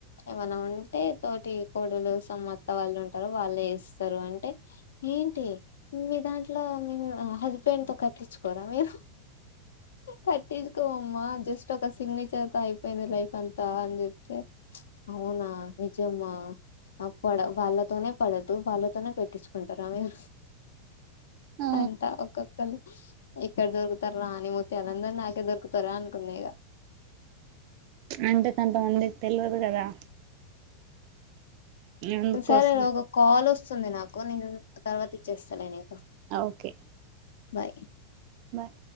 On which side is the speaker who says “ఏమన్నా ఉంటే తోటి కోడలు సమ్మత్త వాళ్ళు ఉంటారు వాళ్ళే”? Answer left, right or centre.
Left